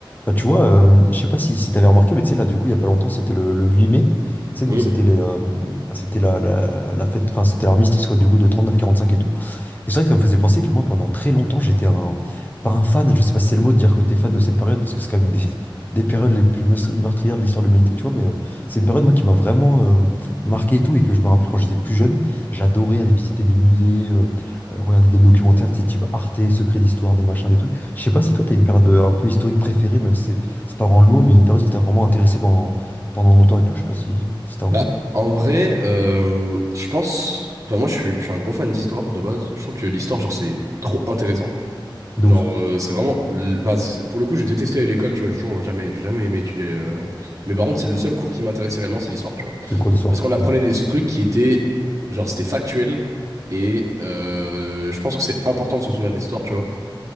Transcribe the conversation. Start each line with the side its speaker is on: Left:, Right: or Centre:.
Left: Bah, tu vois, euh, je sais pas si, si t'avais remarqué, mais tu sais, là, du coup, il y a pas longtemps, c'était le, le 8 mai. Tu sais, donc
Right: Mm.
Left: c'était les, euh, c'était la, la, la fête, enfin, c'était l'armistice, quoi, du coup, de 39-45 et tout. Et c'est vrai que ça me faisait penser que moi, pendant très longtemps, j'étais un, pas un fan, je sais pas si c'est le mot de dire que t'es fan de cette période, parce que c'est quand même une des, <laughs> des périodes les plus meurtri- meurtrières de l'histoire de l'humanité, tu vois, mais euh, c'est une période, moi, qui m'a vraiment euh, marqué et tout, et que je me rappelle quand j'étais plus jeune, j'adorais aller visiter des musées, euh, euh, regarder des documentaires, tu sais, type Arte, Secrets d'Histoire, des machins, des trucs. Je sais pas si toi, tu as une période euh, un peu historique préférée, même si c'est c'est pas vraiment le mot, mais une période qui t'a vraiment intéressé pendant, pendant longtemps et tout. Je sais pas si c'était un
Right: Bah,
Left: truc
Right: en vrai, euh, je pense. Enfin, moi, je suis, je suis un gros fan d'histoire de base. Je trouve que l'histoire, genre, c'est trop intéressant.
Left: de
Right: Genre,
Left: ouf.
Right: euh, c'est vraiment. l- Enfin, c'est- pour le coup, j'ai détesté aller à l'école, tu vois. J'ai toujours jamais, jamais aimé étudier. euh. Mais par contre, c'est le seul cours qui m'intéressait réellement, c'est l'histoire, tu vois.
Left: C'est le cours d'histoire.
Right: Parce qu'on apprenait
Left: Mm.
Right: des trucs qui étaient. Genre, c'était factuel. Et euh, je pense que c'est important de se souvenir de l'histoire, tu vois.